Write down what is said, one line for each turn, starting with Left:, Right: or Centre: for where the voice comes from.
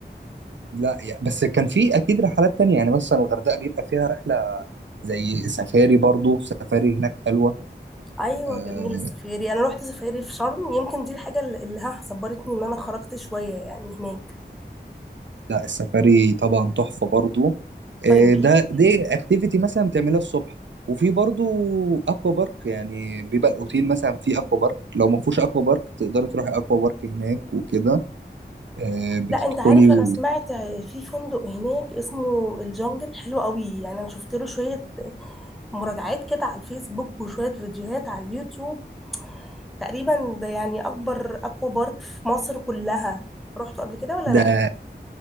Right: لا يعني بس كان في اكيد رحلات تانية يعني مثلا الغردقه بيبقى فيها رحله زي سفاري برضو سفاري هناك حلوه
Centre: ايوه
Right: آه
Centre: جميله السفاري انا رحت سفاري في شرم يمكن دي الحاجه اللي اللي ها صبرتني ان انا خرجت شويه يعني هناك
Right: لا السفاري طبعا تحفه برضو
Centre: طيب
Right: آه
Centre: بالليل
Right: ده دي اكتيفيتي مثلا بتعملها الصبح وفي برضو اكوا بارك يعني بيبقى الاوتيل مثلا فيه اكوا بارك لو ما فيهوش اكوا بارك تقدري تروحي اكوا بارك هناك وكده آه بتدخلي
Centre: لا انت عارف انا
Right: و...
Centre: سمعت في فندق هناك اسمه الجنجل حلو قوي يعني انا شفت له شويه مراجعات كده على الفيسبوك وشوية فيديوهات على اليوتيوب تقريبا ده يعني أكبر أكوا بارك في مصر كلها رحتوا قبل كده ولا
Right: ده
Centre: لأ؟